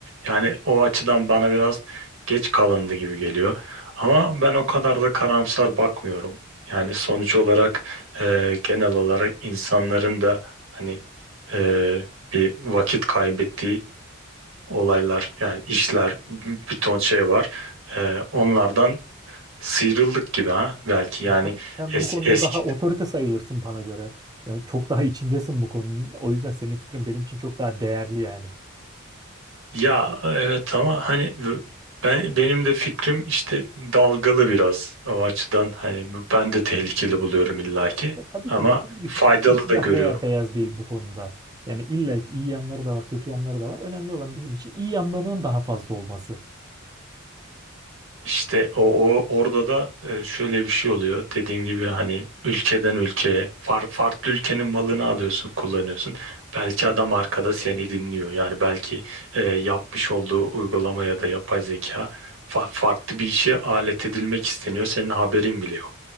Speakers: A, on the right; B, on the right.
A: Yani o açıdan bana biraz geç kalındı gibi geliyor. Ama ben o kadar da karamsar bakmıyorum. Yani sonuç olarak e, genel olarak insanların da hani e, bir vakit kaybettiği olaylar yani işler bir ton şey var. Ee, onlardan sıyrıldık gibi ha belki yani
B: Ya tabii ki sen
A: es,
B: bu konuda
A: eski
B: daha otorite sayılırsın bana göre. Sen çok daha içindesin bu konunun. O yüzden senin fikrin benim için çok daha değerli yani.
A: ya evet ama hani bu- ben benim de fikrim işte dalgalı biraz o açıdan hani ben de tehlikeli buluyorum illaki
B: Ya tabii
A: ama
B: ki dediğim gibi
A: faydalı
B: hiçbir şey siyah
A: da görüyorum.
B: veya beyaz değil bu konuda. Yani illa ki iyi yanları da var, kötü yanları da var. Önemli olan bizim için iyi yanlarının daha fazla olması.
A: İşte o, o orada da e, şöyle bir şey oluyor. Dediğin gibi hani ülkeden ülkeye far- farklı ülkenin malını alıyorsun, kullanıyorsun. Belki adam arkada seni dinliyor. Yani belki e, yapmış olduğu uygulama ya da yapay zeka fa- farklı bir işe alet edilmek isteniyor. Senin haberin bile yok.